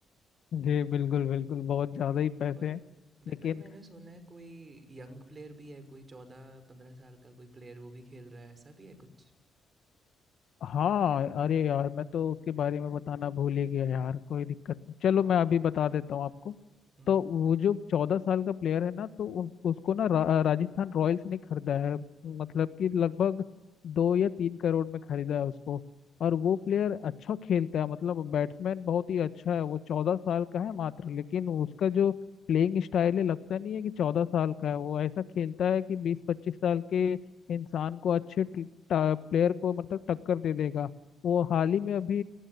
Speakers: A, on the left; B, on the right.
A: जी बिल्कुल बिल्कुल बहुत ज़्यादा ही पैसे
B: और
A: हैं
B: भ-
A: लेकिन
B: भाई मैंने सुना है कोई यंग प्लेयर भी है कोई चौदह पंद्रह साल का कोई प्लेयर वो भी खेल रहा है ऐसा भी है कुछ
A: हाँ अरे यार मैं तो उसके बारे में बताना भूल ही गया यार कोई दिक्कत नहीं चलो मैं अभी बता देता हूँ आपको
B: हम्म
A: तो वो जो चौदह साल का प्लेयर है ना तो उस, उसको ना रा, राजस्थान रॉयल्स ने खरीदा है मतलब कि लगभग दो या तीन करोड़ में खरीदा है उसको और वो प्लेयर अच्छा खेलता है मतलब बैट्समैन बहुत ही अच्छा है वो चौदह साल का है मात्र लेकिन उसका जो प्लेइंग स्टाइल है लगता नहीं है कि चौदह साल का है वो ऐसा खेलता है कि बीस पच्चीस साल के इंसान को अच्छे प्लेयर को मतलब टक्कर दे देगा वो हाल ही में अभी